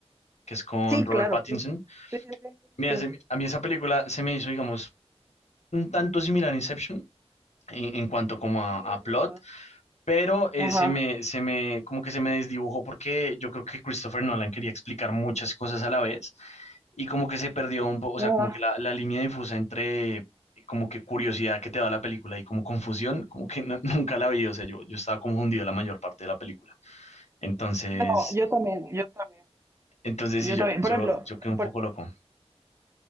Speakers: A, on the left (about 85°); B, on the right (about 25°).
A: que es con
B: Sí,
A: Robert
B: claro,
A: Pattinson.
B: sí. Sí, sí, sí.
A: Mira,
B: Sí,
A: se- a mí esa película se me hizo, digamos, un tanto similar a Inception en, en cuanto como a,
B: Sí,
A: a
B: es
A: plot,
B: verdad.
A: pero eh,
B: Ajá,
A: se me, se me, como que se me desdibujó porque yo creo que Christopher Nolan quería explicar muchas cosas a la vez y como que se perdió un poco, o
B: ajá.
A: sea, como que la, la línea difusa entre eh, como que curiosidad que te da la película y como confusión, como que no- <laughs> nunca la vi, o sea, yo, yo estaba confundido la mayor parte de la película. Entonces,
B: No, yo también, yo también,
A: entonces
B: yo
A: sí, yo,
B: también. Por
A: yo,
B: ejemplo,
A: yo quedé un
B: por
A: poco
B: ejemplo,
A: loco.